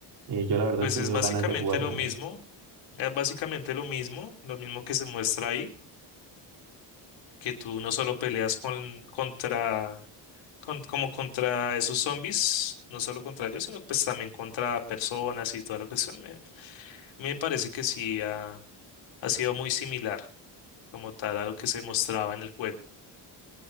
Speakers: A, on the right; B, on the left.
A: Eh, yo la verdad
B: Pues
A: he tenido
B: es básicamente
A: ganas de jugármelo.
B: lo mismo. Es básicamente lo mismo, lo mismo que se muestra ahí, que tú no solo peleas con, contra, con- como contra esos zombies, no solo contra ellos, sino pues también contra personas y toda la cuestión. Me, me parece que sí ha, ha sido muy similar como tal a lo que se mostraba en el juego.